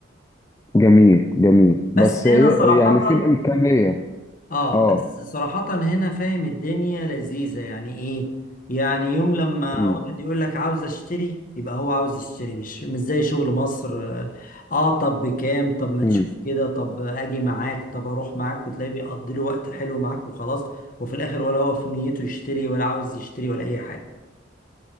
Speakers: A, on the left (about 15°); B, on the left (about 45°).
A: جميل جميل بس
B: بس هنا
A: ي-
B: صراحة
A: يعني في الإمكانية
B: اه
A: آه
B: بس صراحة هنا فاهم الدنيا لذيذة يعني ايه يعني يوم لما
A: امم
B: واحد يقول لك عاوز اشتري يبقى هو عاوز يشتري مش مش زي شغل مصر اه آه، طب بكام طب ما
A: امم
B: تشوف كده طب اجي معاك طب اروح معاك وتلاقيه بيقضي له وقت حلو معاك وخلاص وفي الاخر ولا هو في نيته يشتري ولا عاوز يشتري ولا اي حاجة